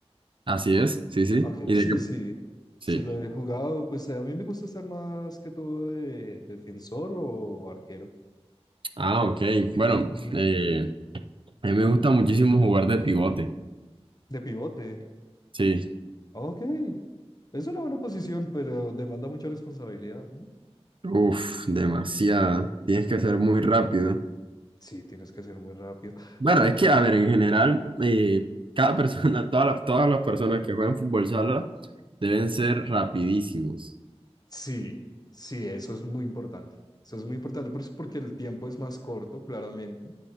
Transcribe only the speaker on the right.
Así es, sí, sí.
¿Y
de qué?
Sí.
Ah, ok. Bueno,
eh, a mí me gusta muchísimo jugar de pivote.
Sí.
Uf, demasiado. Tienes que ser muy rápido.
Bueno,
es que, a ver, en general, eh, cada persona, <laughs> todas las, todas las personas que juegan fútbol sala deben ser rapidísimos.